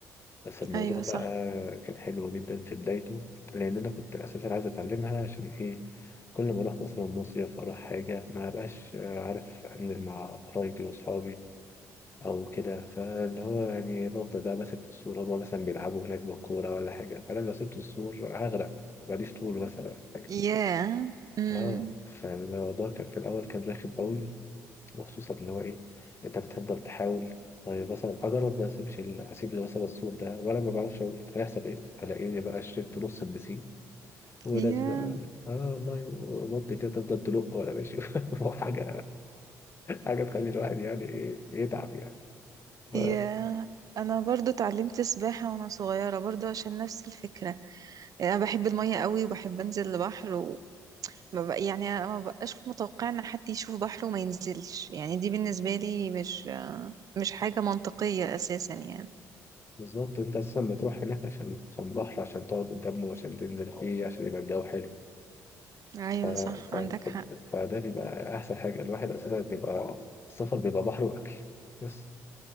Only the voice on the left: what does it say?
بس الموضوع
بقى
كان حلو جدا في بدايته لأن أنا كنت أساسا عايز أتعلمها عشان إيه كل ما أروح مثلا مصيف أروح حاجة ما بقاش عارف أنزل مع قرايبي وأصحابي او كده فاللي هو يعني بفضل بقى ماسك في السور هما مثلا بيلعبوا هناك بالكوره ولا حاجه فانا لو سبت السور هغرق ماليش طول مثلا ولا حاجه
اه فالموضوع كان في الاول كان رخم قوي وخصوصا اللي هو ايه انت بتفضل تحاول طيب مثلا اجرب ما اسيبش ال- اسيب مثلا السور ده وانا ما بعرفش اشوف هيحصل ايه الاقيني بقى شربت نص البسين وناس
بقى اه والله بطي كده تفضل تلق وانا ماشي <laughs> وحاجه حاجه تخلي الواحد يعني إيه، يتعب يعني ف...
بالظبط انت اساسا بتروح هناك عشان عشان بحر عشان تقعد قدامه عشان تنزل فيه عشان يبقى الجو حلو
ف...
ف...
ف...
فده بيبقى احسن حاجه الواحد اساسا بيبقى السفر بيبقى بحر واكل بس